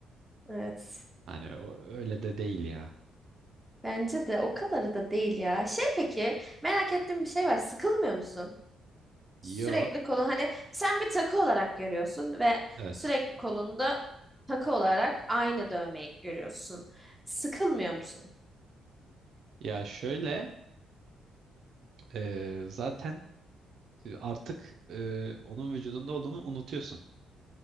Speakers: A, in the centre; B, on the right.
A: Evet.
B: hani o, öyle de değil ya.
A: Bence de o kadarı da değil ya. Şey peki merak ettiğim bir şey var. Sıkılmıyor musun? Sürekli
B: Yo
A: kolun hani sen bir takı olarak görüyorsun ve
B: evet.
A: sürekli kolunda takı olarak aynı dövmeyi görüyorsun. Sıkılmıyor musun?
B: Ya şöyle ee, zaten artık ee, onun vücudunda olduğunu unutuyorsun.